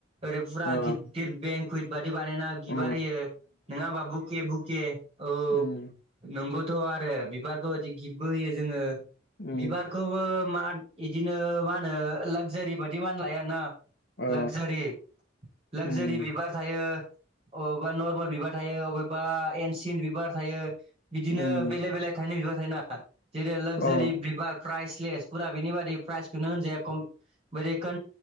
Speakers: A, on the right; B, on the left.
A: ओरै फुरा
B: अ
A: गिद - गिद बेंकुइट बायदि बानायना बिबार
B: अ
A: होयो नङाबा बुके - बुके औ
B: उम
A: नंगौ थ आरो बिबारखौ गिप्तबो होयो जोङो
B: उम
A: बिबारखौबो मा बिदिनो मा होनो लाक्जारि बायदि मा लायाना
B: अ
A: लाक्जारि - लाक्जारि
B: उम
A: बिबार थायो अबेबा नर्मेल बिबार थायो अबेबा एनसिन्ट बिबार थायो बिदिनो
B: उम
A: बेले -बेले थाइननाय बिबार थायनाङा जेरै लाक्जारि
B: अ
A: बिबार प्राइज स्लेस फुरा बेनि बादि प्राइजखौनो होनजाया खम ब क